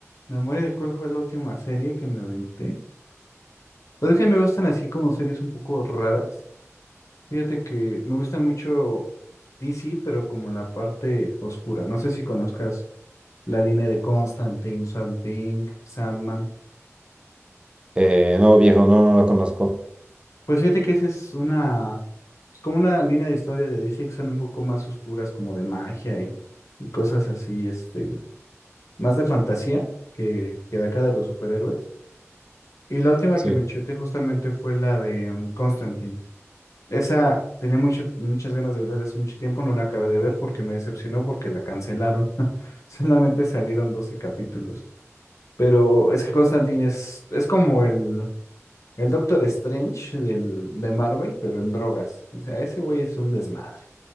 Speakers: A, on the left; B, on the right.
A: memoria de cuál fue la última serie que me aventé. Pero es que me gustan así como series un poco raras. Fíjate que me gusta mucho DC, pero como la parte oscura. No sé si conozcas la línea de Constantine, Swamp Thing, Sandman.
B: Eh, no, viejo, no, no la conozco.
A: Pues fíjate que esa es una, es como una línea de historia de DC que son un poco más oscuras, como de magia y, y cosas así, este, más de fantasía que, que de acá de los superhéroes. Y la última
B: Sí.
A: que me chuté justamente fue la de um, Constantine. Esa tenía mucho, muchas ganas de verla desde hace mucho tiempo, no la acabé de ver porque me decepcionó porque la cancelaron. <laughs> Solamente salieron 12 capítulos. Pero es que Constantine es, es como el, el Doctor Strange del, de Marvel, pero en drogas. O sea, ese güey es un desmadre.